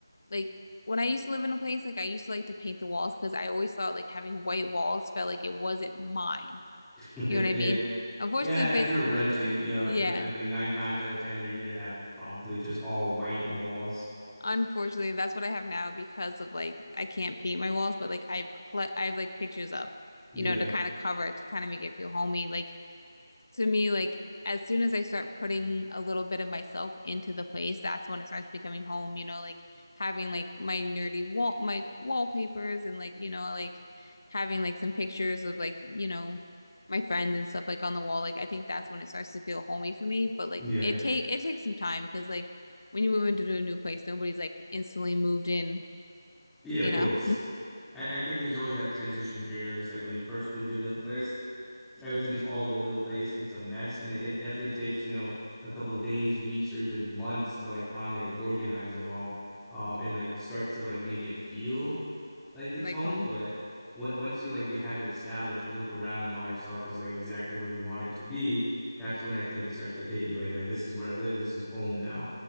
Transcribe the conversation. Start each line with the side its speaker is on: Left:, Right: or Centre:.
Left: like when I used to live in a place, like I used to like to paint the walls because I always thought like having white walls felt like it wasn't mine.
Centre: <laughs>
Left: You know what
Centre: Yeah.
Left: I mean? Unfortunately,
Centre: Yeah,
Left: the
Centre: if
Left: place
Centre: you're renting, you know,
Left: Yeah.
Centre: I I think nine times out of ten, you're gonna have probably just all white walls.
Left: Unfortunately, that's what I have now because of like I can't paint my walls, but like I've cle I've like pictures up,
Centre: Yeah,
Left: you know, to kind of cover it, to kind of make it feel homey. Like to me, like as soon as I start putting a little bit of myself into the place, that's when it starts becoming home, you know, like having like my nerdy wall my wallpapers and like, you know, like having like some pictures of like, you know, my friends and stuff like on the wall. Like I think that's when it starts to feel homey for me. But like
Centre: yeah,
Left: it take it takes some time because like when you move into a new place, nobody's like instantly moved in,
Centre: yeah.
Left: you
Centre: Of course,
Left: know,
Centre: I, I think there's always that transition period of just like when you first move into a place, everything's all over the place. It's a mess, and it, it definitely takes, you know, a couple of days, weeks, or even months to like finally organize it all, um, and like start to like make it feel like it's
Left: <laughs> like
Centre: home,
Left: home.
Centre: but on- once you like you have it established, you look around and all your stuff is like exactly where you want it to be. That's when I think it starts to hit you like, like this is where I live, this is home now,